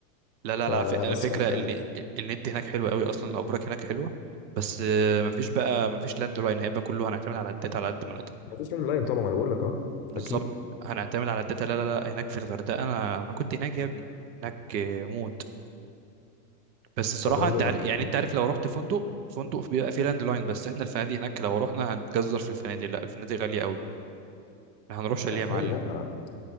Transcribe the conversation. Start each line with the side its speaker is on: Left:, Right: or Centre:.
Right: لا لا
Left: فبس
Right: لا على فك- على فكره
Left: كان مكلف
Right: ال- ال- النت هناك حلو قوي اصلا الابراج هناك حلوه بس آه، مفيش بقى مفيش لاند لاين هيبقى كله هنعتمد على الداتا على قد ما نقدر
Left: ما فيش لاين طبعا انا بقول لك اه
Right: بالظبط
Left: اكيد
Right: هنعتمد على الداتا لا لا لا هناك في الغردقه انا انا كنت هناك يا ابني هناك آه، موت بس الصراحه
Left: طب بالنسبه
Right: انت عارف
Left: للبيكنج
Right: يعني انت عارف لو رحت فندق فندق بيبقى فيه لاند لاين بس احنا الفنادق هناك لو رحنا هنتجزر في الفنادق لا الفنادق غاليه قوي احنا هنروح شاليه
Left: لا
Right: يا
Left: فنادي
Right: معلم
Left: لا